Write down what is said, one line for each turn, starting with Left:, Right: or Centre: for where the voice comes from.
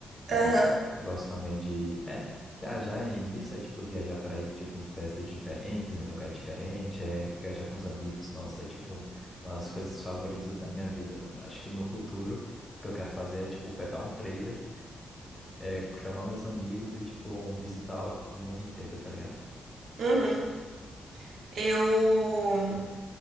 Right: <laughs>
Left: Eu
Right: Aham,
Left: gosto, eu gosto também de, é, viajar e nisso é tipo viajar para ir tipo em festas diferentes, em lugar diferente, é viajar com os amigos, nossa, é tipo uma das coisas favoritas da minha vida, mano. Acho que no futuro o que eu quero fazer é tipo pegar um trailer, é, chamar meus amigos e tipo um- visitar o mundo inteiro, tá ligado?
Right: uhum. Eu,